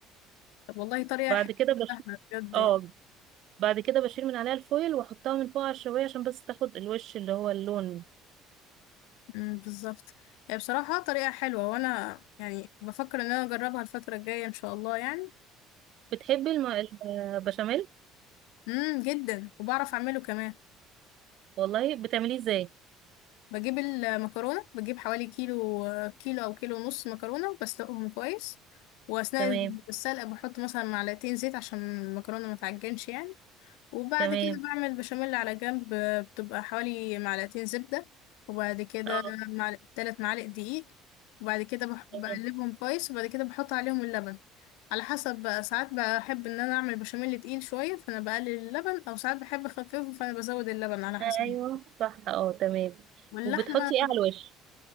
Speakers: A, on the left; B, on the right.
A: طب والله طريقة
B: بعد
A: حلوة
B: كده
A: وسهلة
B: بش...
A: بجد
B: اه
A: يعني.
B: بعد كده بشيل من عليها الفويل واحطها من فوق على الشواية عشان بس تاخد الوش اللي هو اللون
A: أمم، بالظبط هي بصراحة طريقة حلوة وانا يعني بفكر ان انا اجربها الفترة الجاية ان شاء الله يعني
B: بتحبي الم... البشاميل
A: امم جدا وبعرف اعمله كمان
B: والله بتعمليه ازاي
A: بجيب المكرونة بجيب حوالي كيلو كيلو أو كيلو ونص مكرونة وبسلقهم كويس وأثناء
B: تمام
A: السلقة بحط مثلا معلقتين زيت عشان المكرونة ما تعجنش يعني وبعد
B: تمام
A: كده بعمل بشاميل على جنب آه، بتبقى حوالي معلقتين زبدة وبعد كده
B: اه
A: معلق تلات معالق دقيق وبعد كده بح- بقلبهم
B: تمام
A: كويس وبعد كده بحط عليهم اللبن على حسب بقى ساعات بحب ان انا اعمل بشاميل تقيل شويه فانا بقلل اللبن او ساعات بحب اخففه فانا بزود اللبن على
B: آه،
A: حسب
B: ايوه صح اه تمام
A: واللحمه
B: وبتحطي ايه على الوش